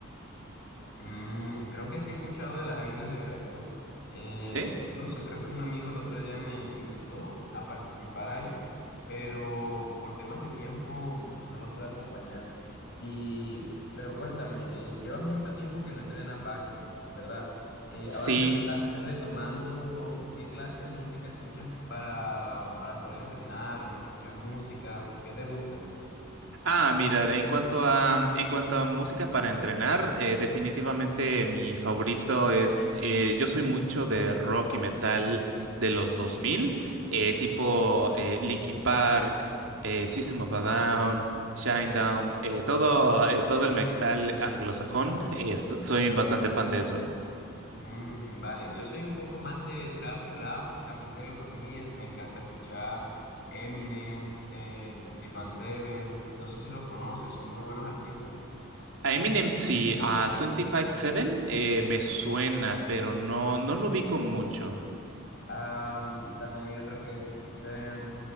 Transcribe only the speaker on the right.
¿Sí?
Sí,
Ah, mira, en cuanto a, en cuanto a música para entrenar, eh, definitivamente mi favorito es, eh, yo soy mucho de rock y metal de los 2000, eh, tipo eh, Linkin Park, eh, System of a Down, Shinedown, eh, todo, eh, todo el metal anglosajón, <laughs> eh, so- soy bastante fan de eso.
A Eminem sí, a 25-7 eh, me suena, pero no, no lo ubico mucho.